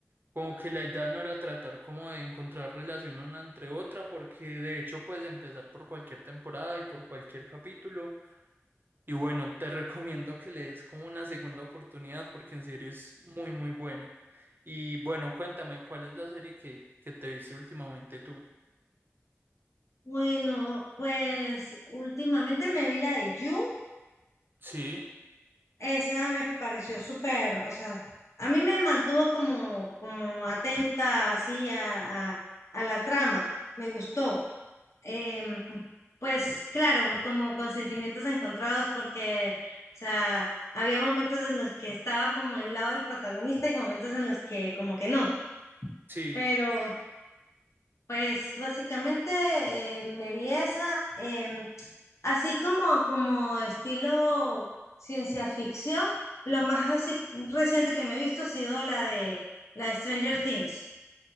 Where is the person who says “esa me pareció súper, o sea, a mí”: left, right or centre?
Left